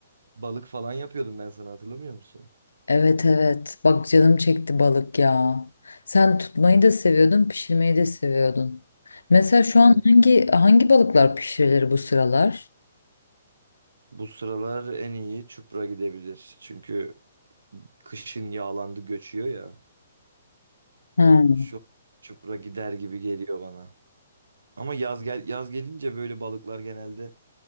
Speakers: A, on the right; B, on the left.
A: Balık falan yapıyordum ben sana hatırlamıyor musun?
B: Evet evet. Bak canım çekti balık ya. Sen tutmayı da seviyordun, pişirmeyi de seviyordun. Mesela şu
A: Ay.
B: an hangi hangi balıklar pişirilir bu sıralar?
A: Bu sıralar en iyi çupra gidebilir. Çünkü kışın yağlandı göçüyor ya.
B: Ha.
A: Şu çupra gider gibi geliyor bana. Ama yaz gel yaz gelince böyle balıklar genelde